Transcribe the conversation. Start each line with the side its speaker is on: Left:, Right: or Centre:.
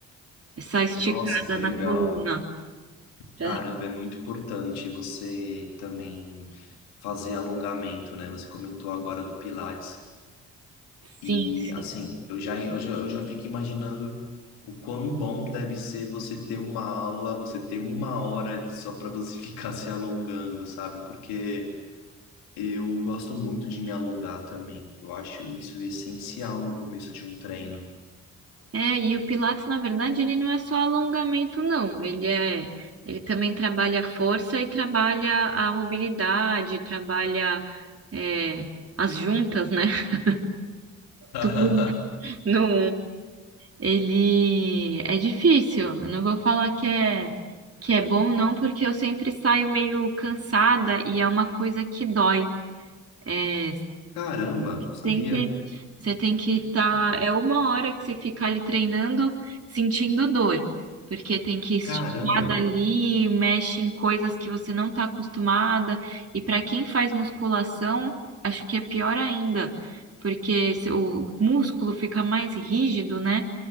Right: essa esticada
Left: Nossa, que
Right: na
Left: legal.
Right: coluna. Pra-
Left: Caramba, é muito importante você também fazer alongamento, né? Você comentou agora do Pilates. E
Right: Sim, sim.
Left: assim, eu já, eu já, eu já fico imaginando o quão bom deve ser você ter uma aula, você ter uma hora ali só para você <laughs> ficar se alongando, sabe? Porque eu gosto muito de me alongar também. Eu acho isso essencial no começo de um treino.
Right: É, e o Pilates, na verdade, ele não é só alongamento, não. Ele é, ele também trabalha a força e trabalha a mobilidade, trabalha, é, as juntas, né? <laughs>
Left: <laughs>
Right: Tudo. Não, ele é difícil. Eu não vou falar que é que é bom, não, porque eu sempre saio meio cansada e é uma coisa que dói. É,
Left: Caramba, não sabia.
Right: Sempre você tem que estar. é uma hora que você fica ali treinando, sentindo dor, porque tem que esticar
Left: Caramba,
Right: dali, mexe em coisas que você não está acostumada. E para quem faz musculação, acho que é pior ainda, porque se- o músculo fica mais rígido, né?